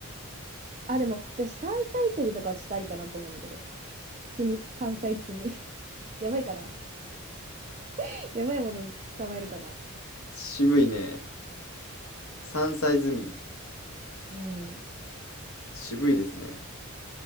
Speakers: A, on the right; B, on the left.
A: あ、でも、私、山菜採りとかはちょっとありかなって思うんだけど。摘み。山菜摘み。<laughs> やばいかな。<laughs> やばいもの捕まえるかな。
B: 渋いね。山菜摘み。
A: うん。
B: 渋いですね。